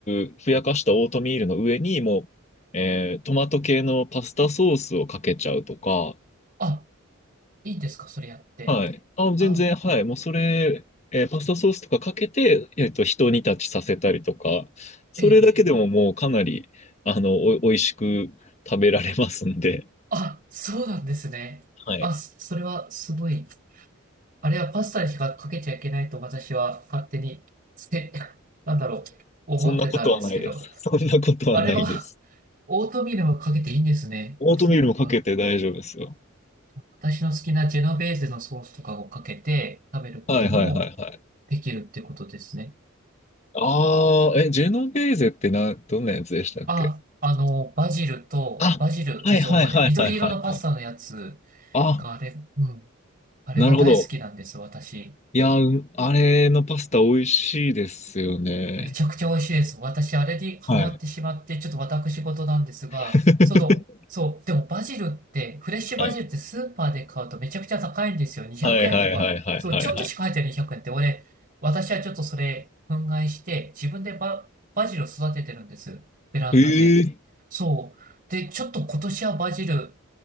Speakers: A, on the left; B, on the right.
A: ル、ふやかしたオートミールの上にもう、えートマト系のパスタソースをかけちゃうとか、
B: あ、いいんですか、それやって。
A: はい。あ、全然、
B: あ、
A: はい。もうそれ、えーパスタソースとかかけて、えーっと、一煮立ちさせたりとか、それだけでももうかなり、
B: ええ、ええ。
A: あの、お、美味しく食べられますんで、
B: あ、そうなんですね。
A: はい。
B: あ、そそれはすごい。あれはパスタにしかかけちゃいけないと私は勝手に、せ、<laughs> なんだろう、思ってたんですけど。
A: そんなことはないです。<laughs> そんなことはないです。
B: あれは、オートミールはかけていいんですね。
A: オートミールもかけて大丈夫ですよ。
B: あ、そっか。私の好きなジェノベーゼのソースとかをかけて食べることも
A: はいはいはいはい。
B: できるってことですね。
A: ああ、え、ジェノベーゼってな、どんなやつでしたっけ
B: あ、あの、バジルと、
A: あ、
B: バジルです、
A: はいはいはいはいはいはい。
B: 主には。緑色のパスタのやつ
A: あ、
B: があれ、うん、あれが大好きなんです、
A: なるほど。
B: 私。
A: いや、うんあれのパスタ美味しいですよね。
B: めちゃくちゃ美味しいです。私、あれにハマってしまって、
A: はい。
B: ちょっと私事なんですが、
A: <laughs>
B: その、そう、でもバジルって、フレッシュバジルってスーパーで買うとめちゃくちゃ高いんですよ。
A: はい。
B: 200円とか。
A: はいはいはいはいはいはい。
B: そう、ちょっとしか入ってない200円って、俺、私はちょっとそれ、憤慨して、自分でバ、バジルを育ててるんです。ベランダで。
A: ええ
B: そう。で、ちょっと今年はバジル